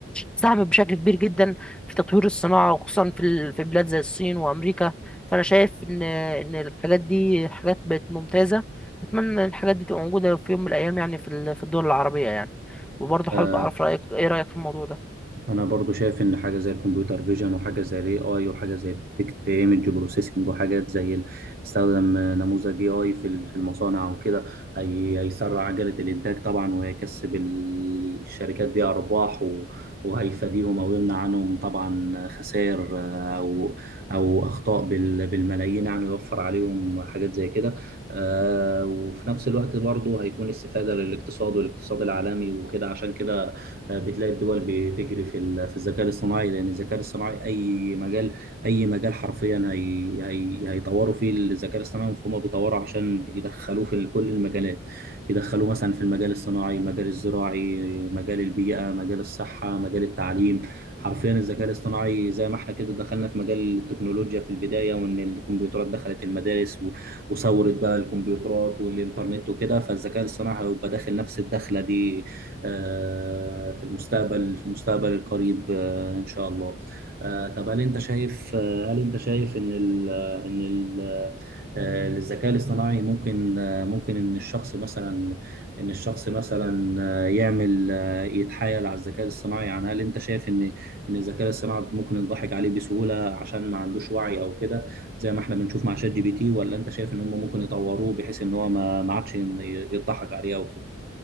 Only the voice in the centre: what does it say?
ساهمت بشكل كبير جدا في تطوير الصناعة وخصوصا في ال- في بلاد زي الصين وأمريكا فأنا شايف إن إن الحاجات دي حاجات بقت ممتازة أتمنى إن الحاجات دي تبقى موجودة في يوم من الأيام يعني في ال- في الدول العربية يعني وبرضه
حابب أعرف رأيك إيه رأيك في الموضوع ده